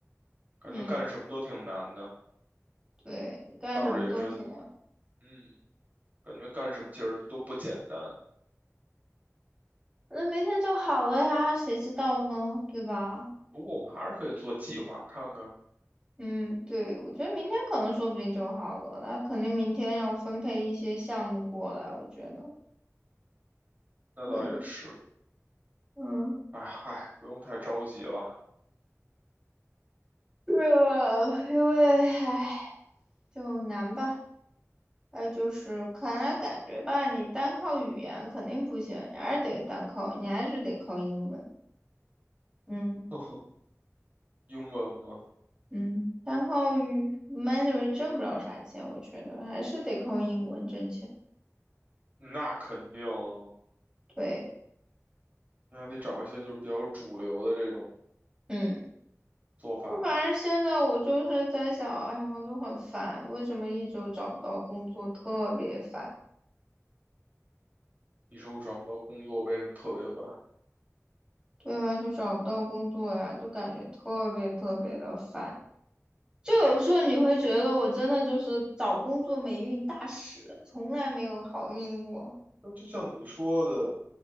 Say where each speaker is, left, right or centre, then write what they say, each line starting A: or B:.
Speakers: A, on the right (about 35°); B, on the right (about 15°).
A: 感觉干什么都挺难的。
B: 嗯，对，干什么都挺。
A: 倒是也真，嗯，感觉干什么其实都不简单。
B: 那明天就好了呀，谁知道呢，对吧？
A: 不过我们还是可以做计划看看，
B: 嗯，对，我觉得明天可能说不定就好了，那肯定明天要分配一些项目过来，我觉得，
A: 那倒也是。
B: 对，嗯，
A: 哎嗨，不用太着急了。
B: 是啊，因为，唉，就难吧。还有就是，看来感觉吧，你单靠语言肯定不行，你还是得单靠，你还是得靠英文。嗯
A: <laughs> 呵呵，英文吗？
B: 嗯，单靠语 Mandarin 挣不了啥钱，我觉得还是得靠英文挣钱。
A: 那肯定啊
B: 对，
A: 你还得找一些就是比较主流的这种
B: 嗯。
A: 做法呀
B: 就反正现在我就是在想，哎呀，我就很烦，为什么一周找不到工作，特别烦。
A: 你说我找不到工作，为什么特别烦？
B: 对啊，就找不到工作呀，就感觉特别特别的烦。就有时候你会觉得我真的就是找工作霉运大使，从来没有好运过。
A: 那就像你说的，